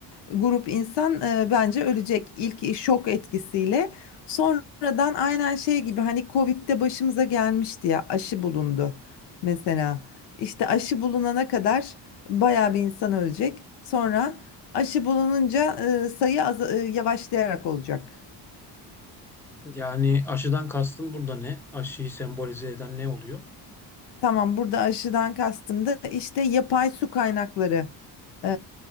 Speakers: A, on the left; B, in the centre.
A: grup insan e, bence ölecek ilk şok etkisiyle. Sonradan aynen şey gibi hani Covid'de başımıza gelmişti ya aşı bulundu mesela. İşte aşı bulunana kadar bayağı bir insan ölecek. Sonra aşı bulununca e, sayı az, e, yavaşlayarak olacak.
B: Yani aşıdan kastım burada ne? Aşıyı sembolize eden ne oluyor?
A: Tamam burada aşıdan kastım da işte yapay su kaynakları e,